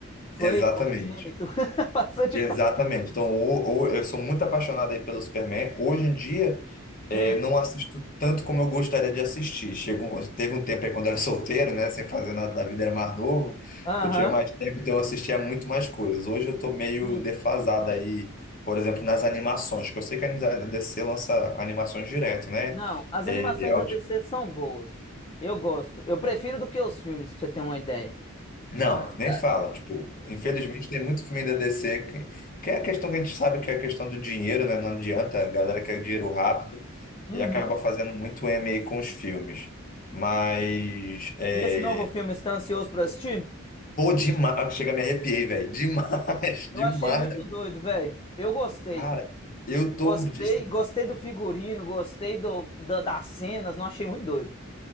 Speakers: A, on the left; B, on the left.
A: Foi
B: Exatamente.
A: cogênito. <laughs> Passou de.
B: Exatamente.
A: pa-
B: Então, o- o- eu sou muito apaixonado aí pelo Superman. Hoje em dia, eh,
A: Hum.
B: não assisto tanto como eu gostaria de assistir. Chegou, um- teve um tempo aí quando eu era <laughs> solteiro, né? Sem fazer nada da vida, era mais novo.
A: Aham.
B: Eu tinha mais tempo, então eu assistia muito mais coisas. Hoje eu tô meio
A: Sim.
B: defasado aí, por exemplo, nas animações, que eu sei que a Anisa- DC lança animações direto, né?
A: Não, as
B: Eh,
A: animações
B: a
A: da
B: ulti-
A: DC são boas. Eu gosto. Eu prefiro do que os filmes, pra você ter uma ideia.
B: não,
A: De verdade.
B: nem fala. Tipo, infelizmente tem muito filme da DC que, que é a questão que a gente sabe que é a questão do dinheiro, né? Não adianta, a galera quer dinheiro rápido.
A: Uhum.
B: e acaba fazendo muito MA com os filmes. Mas, é...
A: E esse novo filme, você tá ansioso pra assistir?
B: pô, demais. Ah, Chega, me arrepiei, velho. Demais, <laughs>
A: Eu
B: demais
A: achei muito
B: da
A: doido, velho. Eu gostei.
B: cara. Eu tô,
A: Gostei,
B: assim,
A: gostei do figurino, gostei do, da- das cenas, não achei muito doido.